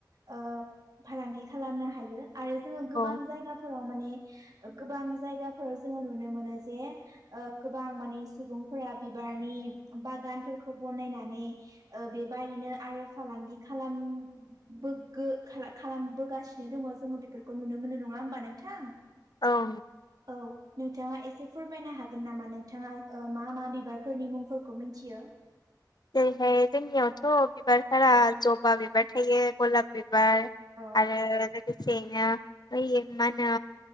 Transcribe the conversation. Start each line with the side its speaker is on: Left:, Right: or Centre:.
Right: ओ फालांगि खालामनो हायो आरो जोङो गोबां
Left: औ
Right: जायगाफोराव माने गोबां जायगाफोराव जोङो नुनो मोनो जे ओ गोबां माने सुबुंफोरा बिबारनि बागानफोरखौ बनायनानै ओ बेबायदिनो आरो फालांगि खालाम बो गो <unintelligible> खालामबोगासिनो दङ जोङो बेफोरखौ नुनो मोनो नङा होमबा नोंथां
Left: औ
Right: औ नोंथाङा एसे फोरमायनो हागोन नामा नोंथाङा ओ मा मा बिबारफोरनि मुंफोरखौ मिथियो
Left: जेरैहाय जोंनियावथ' बिबारफोरा जबा बिबार थायो गलाब बिबार बिबार
Right: औ
Left: आरो लोगोसेयैनो बै माहोनो